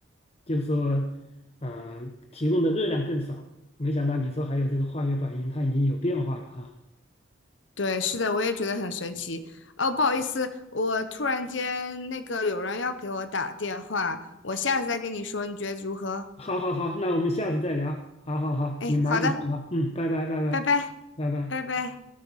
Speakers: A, on the left (about 30°); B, on the left (about 65°).
A: 就说呃提供的热量更少。没想到你说还有这个化学反应，它已经有变化了哈。
B: 对，是的，我也觉得很神奇。哦，不好意思，我突然间那个有人要给我打电话，我下次再跟你说，你觉得如何？
A: 好好好，那我们下次再聊。好好好，
B: 哎，
A: 你忙忙忙，
B: 好的，
A: 嗯，拜拜拜拜拜拜。
B: 拜拜，拜拜。